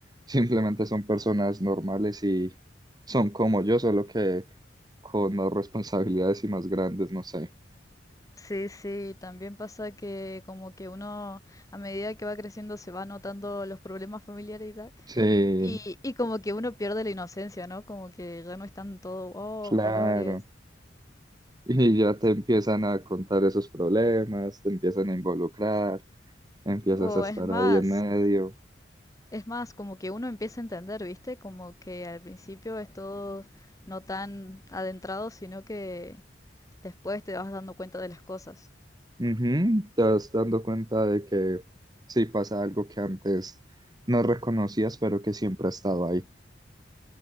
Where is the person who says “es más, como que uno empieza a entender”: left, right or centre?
Left